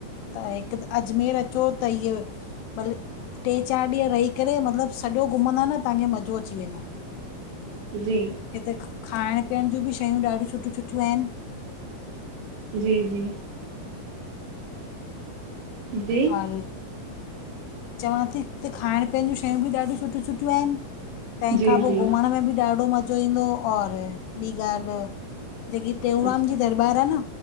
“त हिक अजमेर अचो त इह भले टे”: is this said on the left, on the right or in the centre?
Left